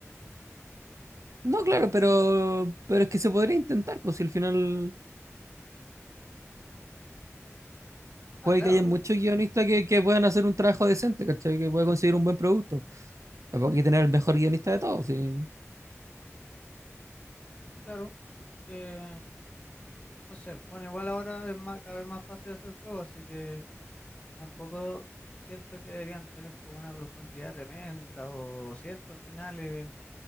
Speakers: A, on the right (about 75°); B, on the left (about 25°).
A: No, claro, pero, pero es que se podría intentar, pues si al final
B: Ah,
A: puede
B: claro,
A: que haya muchos
B: eh,
A: guionistas que, que puedan hacer un trabajo decente, ¿cachai? Que puedan conseguir un buen producto. Tampoco hay que tener el mejor guionista de todos, sí.
B: claro. eh, no sé, bueno, igual ahora es más, cada vez más fácil hacer juegos, así que tampoco siento que deberían tener como una profundidad tremenda o cientos finales,